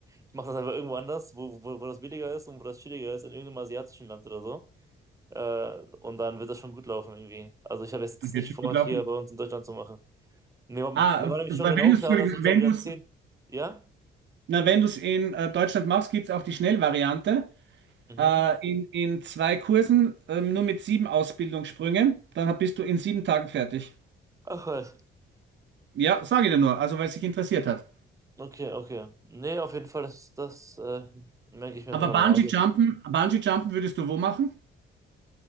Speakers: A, on the right (about 15°); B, on the right (about 65°).
A: Ich mache das einfach irgendwo anders, wo, wo, wo das billiger ist und wo das chilliger ist, in irgendeinem asiatischen Land oder so. Äh, und dann wird das schon gut laufen irgendwie. Also ich habe jetzt
B: Das Wird
A: nicht
B: schon
A: vor,
B: gut laufen.
A: hier bei uns in Deutschland zu machen. Mir, war- mir
B: Ah,
A: war nämlich
B: weil
A: schon genau
B: wenn du
A: klar,
B: es wenn
A: dass ich da wieder 10, Ja?
B: Na, wenn du es in äh, Deutschland machst, gibt es auch die Schnellvariante.
A: Mhm.
B: Äh, in, in zwei Kursen, ähm, nur mit sieben Ausbildungssprüngen. Dann hab- bist du in sieben Tagen fertig.
A: Ach was.
B: Ja, sage ich dir nur, also weil es dich interessiert hat.
A: Okay, okay. Nee, auf jeden Fall, das, das äh, merke ich mir
B: Aber
A: auf jeden Fall
B: Bungee-Jumpen,
A: nochmal. Also,
B: Bungee-Jumpen würdest du wo machen?